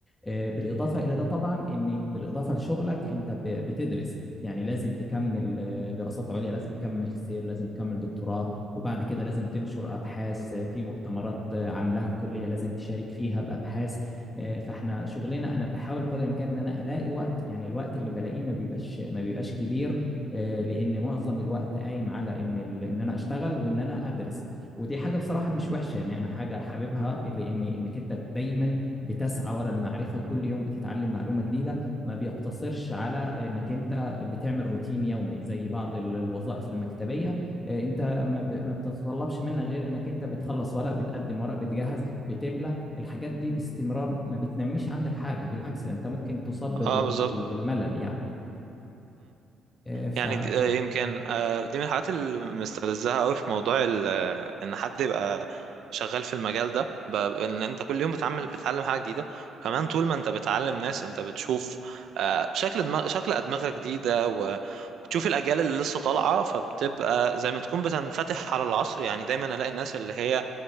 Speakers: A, on the left (about 15°); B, on the right (about 65°).
A: آه، بالإضافة إلى ده طبعا إن بالإضافة لشغلك أنت ب- بتدرس يعني لازم تكمل آه، دراسات عليا لازم تكمل ماجستير لازم تكمل دكتوراه وبعد كده لازم تنشر أبحاث آه، في مؤتمرات آه، عاملاها الكلية لازم تشارك فيها بأبحاث آه، فإحنا شغلنا أنا بحاول بقدر الإمكان إن أنا ألاقي وقت يعني الوقت اللي بلاقيه ما بيبقاش ما بيبقاش كبير آه، لان معظم الوقت قايم على ان ال... ان انا اشتغل وان انا ادرس ودي حاجه بصراحه مش وحشه يعني انا حاجه حاببها لان انك انت دايما بتسعى ورا المعرفه كل يوم بتتعلم معلومه جديده ما بيقتصرش على انك انت بتعمل روتين يومي زي بعض ال- الوظائف المكتبيه آه، انت ما ب- ما بتتطلبش منك غير انك انت بتخلص ورق بتقدم ورق بتجهز بتملى الحاجات دي باستمرار ما بتنميش عندك حاجه بالعكس ده انت ممكن تصاب بالروت...
B: اه بالظبط
A: بال- بالملل يعني آه، ف
B: يعني دي آه، يمكن آه، دي من الحاجات اللي مستفزها قوي في موضوع ال- آه، ان حد يبقى شغال في المجال ده ب- ان انت كل يوم بتعمل بتتعلم حاجه جديده وكمان طول ما انت بتعلم ناس انت بتشوف آه، شكل دماغ شكل ادمغه جديده وبتشوف الاجيال اللي لسه طالعه فبتبقى زي ما تكون بتنفتح على العصر يعني دايما الاقي الناس اللي هي